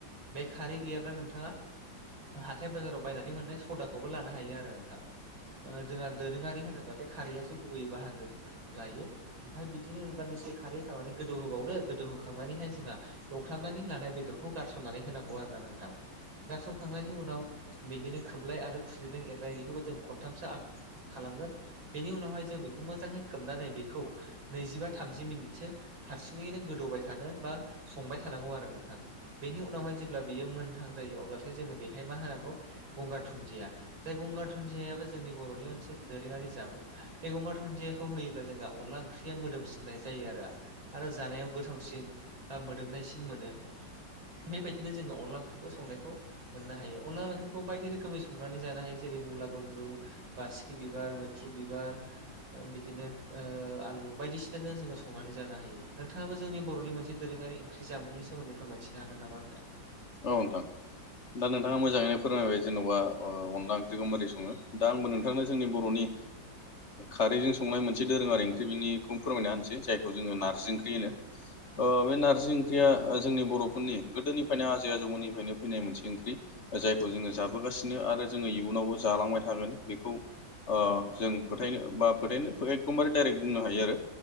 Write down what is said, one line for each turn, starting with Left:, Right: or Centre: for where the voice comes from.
Right: बे खारै गैयाब्ला नोंथाङा हाथाइ बाजाराव बायनानै मोननाय सदाखौबो लानो हायो आरो नोंथां। ओ जोंहा दोरोङारि होनोब्लाथाय खारैयासो गुबैयै बाहागो लायो। ओमफाय बिदिनो दान्दिसे खारै होखांनानै गोदौहोबावदो गोदौ होखांनानैहाय जोंहा एवफ्रामनानै लानाय बेदरखौ गारसननानै होनांगौ आरो ना नोंथां। गारस'खांनायनि उनाव बिदिनो खोबलाय आरो खुस्लिदों एरलाय बेैखौबो जों खनथामसो आद खालामगोन बेनि उनावहाय जों बेखौ मोजाङै खोबनानै बेखौ नैजिबा थामजि मिनिटसो हारसिङैनो गोदौबाय थानो बा संबाय थानांगौ आरो नोंथां। बेनि उनावहाय जेब्ला बेयो मोनथां जायो अब्लाथायो जोङो बेहाय मा होनांगौ गंगार दुन्दिया जाय गंगार दुनदियाबो जोंनि बर'नि मोनसे दोरोङारि जामुं मैगं मा दुनदियाखौ होयोब्ला जोंहा अनला ओंख्रिया मोदोमसिननाय जायो आरो आरो जानायाव गोथावसिन बा मोदोमनायसिन मोनो। बेबायदिनो जोङो अनदला ओंख्रिखौ संनायखौ मोननो हायो अनला ओंख्रिखौ बायदि रोखोमै संनानै जानो हायो जेरै- मुला गुन्द्रु बा बिबार, मैत्र बिबार बिदिनो आलु बायदिसिनाजों जोङो संनानै जानो हायो। नोंथाङाबो जोंनि बर'नि मोनसे दोरोङारि ओंख्रि जामुंनि सोन्दै फोरमायथिनो हागोन नामा आंनो
Left: औ नोंथां दा नोंथाङा मोजां ङै फोरमायबाय जेन'बा अनला ओंख्रिखौ बोरै सङो दा आंबो नोंथांनो जोंनि बर'नि खारैजों संनाय मोनसे दोरों आरो ओंख्रि बिनि फोरमायना होनसै जायखौ जोङो नारजि ओंख्रि होनो। बे नारजि ओंख्रिया जोंनि बर'फोरनि गोदोनिफ्रायनो आजै आजौमोननिफ्रायनो फैनाय मोनसे ओंख्रि जायखौ जोङो जाबोगासिनो आरो जोङो इयुनावबो जालांबाय थागोन। बेखौ जों फोथायनो बा फोथायनो एकदमबारे डाइरेक्ट बुंनो हायो आरो।